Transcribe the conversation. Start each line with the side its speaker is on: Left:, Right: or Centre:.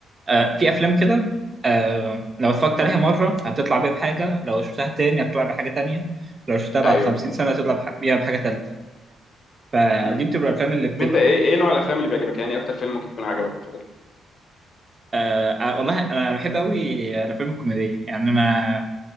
Right: آه، في افلام كده آه، لو اتفرجت عليها مره هتطلع بيها بحاجه لو شفتها تاني هتطلع بحاجه تانية لو شفتها بعد
Left: ايوه
Right: 50
Left: بالظبط
Right: سنه هتطلع بح- بيها بحاجه تالتة فدي
Left: مم.
Right: بتبقى الافلام اللي بتبقى
Left: طب انت ايه ايه نوع الافلام اللي بيعجبك يعني اكتر فيلم ممكن يكون عجبك الفتره
Right: آه، آه، والله انا بحب قوي الافلام الكوميديه يعني انا